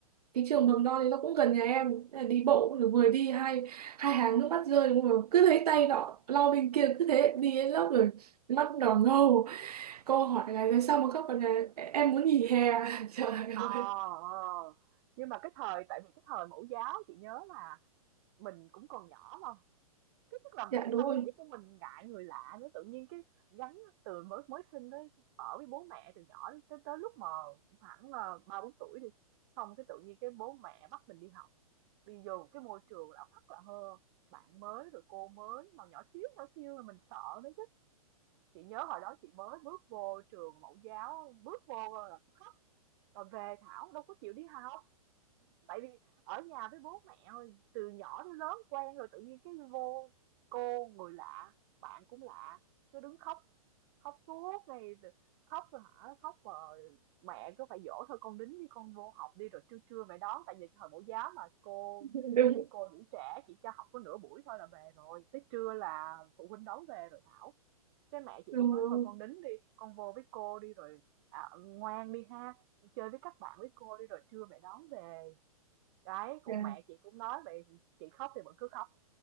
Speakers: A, on the right (about 80°); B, on the right (about 45°).
A: cái trường mầm non thì nó cũng gần nhà em Thế là đi bộ rồi vừa đi hai hai hàng nước mắt rơi đúng không cứ thấy tay nó lo bên kia cứ thế đi đến lớp rồi mắt đỏ ngầu cô hỏi là sao mà khóc còn là em muốn nghỉ hè <laughs> trời
B: ờ,
A: ơi
B: ờ, nhưng mà cái thời tại vì cái thời mẫu giáo chị nhớ là mình cũng còn nhỏ mà, cái tức là
A: dạ
B: mình cái
A: đúng
B: tâm
A: rồi
B: lý của mình ngại người lạ nữa, tự nhiên cái gắn từ mới mới sinh đấy, ở với bố mẹ từ nhỏ đến tới tới lúc mà khoảng, ờ, 3 4 tuổi đi, xong cái tự nhiên cái bố mẹ bắt mình đi học, đi vô một cái môi trường lạ hoắc lạ hơ, bạn mới rồi cô mới mà nhỏ xíu, nhỏ xíu là mình sợ đấy chứ. Chị nhớ hồi đó chị mới bước vô trường mẫu giáo, bước vô là Còn về Thảo đâu có chịu đi học tại vì ở nhà với bố mẹ rồi, từ nhỏ đến lớn quen rồi tự nhiên cái vô cô người lạ bạn cũng lạ cứ đứng khóc khóc suốt ngày khóc rồi hả khóc mà mẹ cứ phải dỗ thôi con đính đi con vô học đi rồi trưa trưa mẹ đón tại vì thời mẫu giáo mà cô
A: <laughs> đúng
B: mấy cô đủ trẻ chỉ cho học có nửa buổi thôi là về rồi tới trưa là phụ huynh đón về rồi Thảo cái mẹ chị
A: đúng
B: cũng nói
A: rồi
B: thôi con đính đi, con vô với cô đi rồi à, ngoan đi ha, chơi với các bạn với cô đi rồi trưa mẹ đón về. Đấy, cũng
A: Dạ.
B: mẹ chị cũng nói vậy, chị khóc thì vẫn cứ khóc,